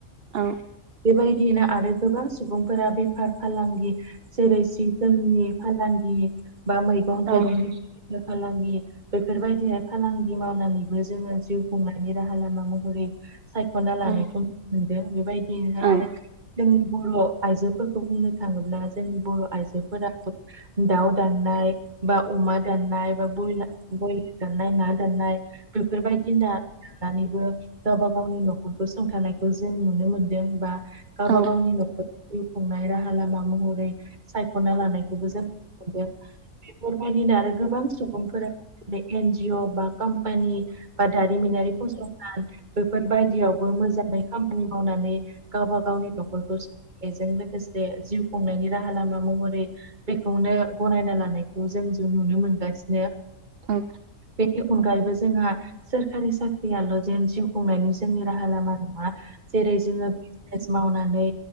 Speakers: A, on the right (about 50°); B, on the right (about 35°).
A: औ
B: बेबायदियैनो आरो गोबां सुबुंफोरा बेफार फालांगि जेरै सि जोमनि फालांगि बा मैगं थाइगंनि
A: औ
B: फालांगि बेफोरबायदिहाय फालांगि मावनानैबो जोङो जिउ खुंनायनि राहा लामा महरै सायख'ना लानायखौ
A: औ
B: नुनो मोनदों बेबायदियहाय आरो
A: औ
B: जोंनि बर' आइजो खौ बुंनो थाङोब्ला जोंनि बर' आइजोफोराबो दाउ दान ननाय ब उमा दान ननाय बल ब्रयलार दाननाय ना दाननाय बेफोरबायदि ना दानिबो गावबा गावनि न'खर फसंथानायखौ जों नुनो मोनदों बा गावबा
A: औ
B: गावनि न'खर जिउ खुंनाय राहा लामा महरै सायख'ना लानायखौबो जोंदों बेफोरबायदिनो आरो गोबां सुबुंफोरो एन जिअ बा कम्पानि बा दारिमिनारि फसंथान बेफोर बायदियावबो मोजां खामानि मावनानै गावबा गावनि न'खरखौ स बेजों लोगोसे जिउ खुंनायनि राहा लामा महरै बेखौनो गनायना लानायखौ जों ज नुनो मोनगासिनो
A: औ
B: बेनि अनगायैबो जोंहा सोरखारि साख्रियाल' जेन जिउ खुंनायनि जोंनि राहा लामा नङा जेरै जोङो बिजनेस मावनानै